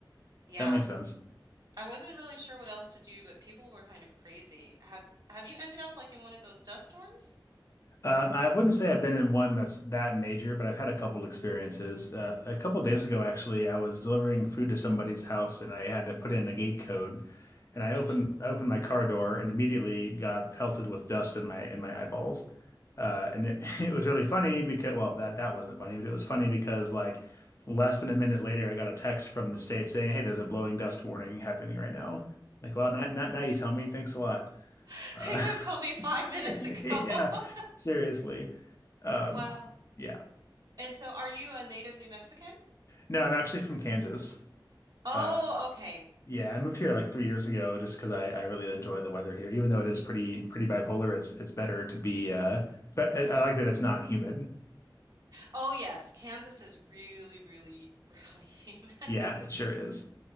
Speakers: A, on the right (about 50°); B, on the left (about 35°).
A: Yeah,
B: That makes sense.
A: I wasn't really sure what else to do, but people were kind of crazy. Have have you ended up like in one of those dust storms?
B: Um, I wouldn't say I've been in one that's that major, but I've had a couple experiences. Uh, a couple days ago, actually, I was delivering food to somebody's house, and I had to put in a gate code. And I opened
A: hmm
B: I opened my car door and immediately got pelted with dust in my in my eyeballs. Uh, and it, <laughs> it was really funny because well, that that wasn't funny, but it was funny because like less than a minute later, I got a text from the state saying, "Hey, there's a blowing dust warning happening right now." Like, well, not, not now you tell me. Thanks a lot.
A: <laughs>
B: Uh,
A: You told me five minutes
B: <laughs>
A: ago.
B: yeah,
A: <laughs>
B: seriously. Um,
A: Wow.
B: yeah.
A: And so are you a native New Mexican?
B: No, I'm actually from Kansas.
A: Oh,
B: Uh,
A: okay.
B: yeah, I moved here like three years ago just because I, I really enjoy the weather here. Even though it is pretty pretty bipolar, it's it's better to be uh but I, I like that it's not humid.
A: Oh, yes. Kansas is really, really, really.
B: Yeah,
A: <laughs>
B: it sure is.